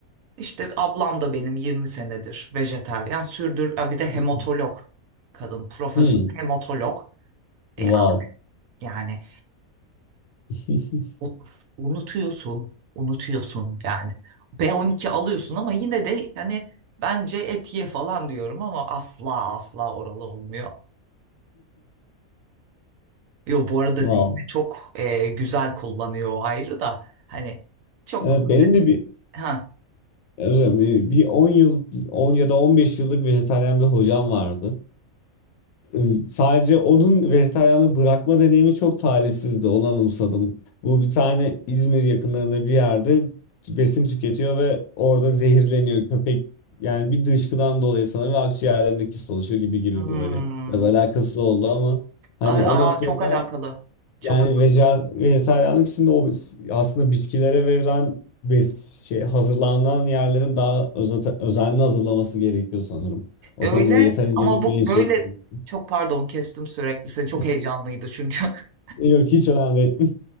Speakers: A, on the right; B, on the left.
A: işte ablam da benim 20 senedir vejetaryen sürdür. Ha, Bir de hematolog
B: <laughs>
A: kadın, profesör
B: Hmm.
A: hematolog.
B: Wow.
A: E, yani
B: <laughs>
A: U- unutuyorsun, unutuyorsun yani. B12 alıyorsun ama yine de hani bence et ye falan diyorum ama asla asla oralı olmuyor. Yo bu arada
B: Wow.
A: zihni çok e, güzel kullanıyor o ayrı da hani çok
B: Evet benim de bir
A: ha
B: özür dilerim, bir bir 10 yıl 10 ya da 15 yıllık vejetaryen bir hocam vardı. Ee, Sadece onun vejetaryenliği bırakma deneyimi çok talihsizdi. Onu anımsadım. Bu bir tane İzmir yakınlarında bir yerde besin tüketiyor ve orada zehirleniyor köpek. Yani bir dışkıdan dolayı sanırım ve akciğerlerinde kist oluşuyor gibi gibi
A: hmm.
B: böyle. Biraz alakasız oldu ama hani
A: Aa,
B: o
A: aa,
B: noktada
A: çok alakalı. Çok
B: yani veje, vejetaryenlik içinde o aslında bitkilere verilen bes şey, hazırlanan yerlerin daha özen- özenli hazırlaması gerekiyor sanırım. O
A: öyle
B: konuda da yeterince
A: ama
B: bir
A: bu
B: bilinç
A: böyle
B: yok sanırım.
A: çok pardon kestim sürekli seni çok
B: <laughs>
A: heyecanlıydı çünkü. <laughs>
B: Yok hiç önemli değil.